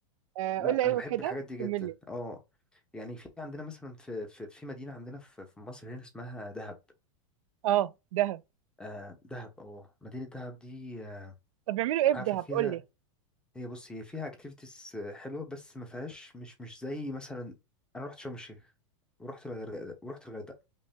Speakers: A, on the right; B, in the centre.
A: آه،
B: لا
A: قول لي ايوه
B: انا بحب
A: كده
B: الحاجات دي جدا
A: كمل لي
B: اه يعني في عندنا مثلا في في, في مدينة عندنا في, في مصر هنا اسمها دهب
A: اه دهب
B: آه دهب اه مدينة دهب دي آه،
A: طب بيعملوا ايه
B: عارفة
A: في دهب
B: فيها
A: قول لي
B: هي بص هي فيها اكتيفيتيز حلوه بس ما فيهاش مش مش زي مثلا انا رحت شرم الشيخ ورحت الغردقه ورحت الغردقه